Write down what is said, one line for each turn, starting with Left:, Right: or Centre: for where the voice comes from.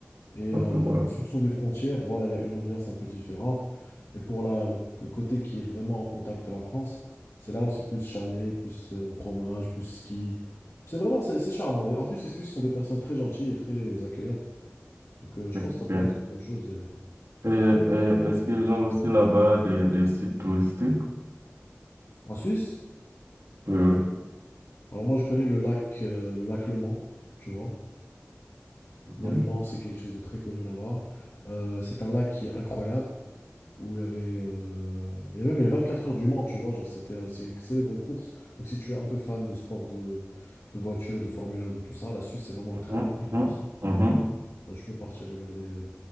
Left: Et
Right: Ok,
Left: euh,
Right: voilà.
Left: en fonction des frontières, voilà, il y a une ambiance un peu différente. Et pour la, le, le côté qui est vraiment en contact de la France, c'est là où c'est plus chalet, plus euh, fromage, plus ski. C'est vraiment, c'est c'est charmant. Les- En plus, les Suisses sont des personnes très gentilles et très accueillantes. Donc, euh, je
Right: Ok,
Left: pense que ça pourrait
Right: Bien.
Left: être une bonne chose d'y aller.
Right: Et, et est-ce qu'ils ont aussi là-bas des, des sites touristiques?
Left: En Suisse,
Right: Oui, oui.
Left: alors moi, je connais le lac, euh, le lac Le Mans, tu vois.
Right: Mhm,
Left: Il y a le Mans, c'est quelque chose de très connu là-bas. Euh, c'est un lac qui est incroyable, où il y avait, euh, il y a même les 24 heures du Mans, tu vois, genre c'était, euh, c'est une célèbre course. Donc si tu es un peu fan de sport, de, de voiture, de Formule 1, de tout ça, la Suisse, c'est vraiment
Right: mhm,
Left: un très bon pays
Right: mhm,
Left: pour ça.
Right: mhm.
Left: Donc, tu peux partir regarder, euh,